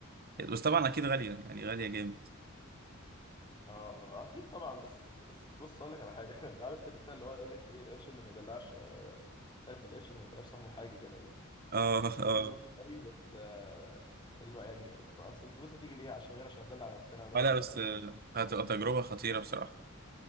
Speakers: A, on the right; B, on the left.
A: بس طبعا أكيد غالية يعني يعني غالية جامد
B: اه اكيد طبعا بس بس بص اقول لك على حاجه <laughs> عارف كده اللي هو يقول لك ايه القرش اللي ما يدلعش آه، مش عارف القرش اللي ما يدلعش صاحبه حاجه كده يعني
A: اه
B: مش
A: اه
B: فاكر المثل قوي بس آه، اللي هو يعني اصل الفلوس هتيجي ليه عشان غير عشان ندلع نفسنا والواحد
A: آه، لا
B: يحس
A: بس
B: ان
A: آه،
B: هو
A: هتبقى تجربة خطيرة بصراحة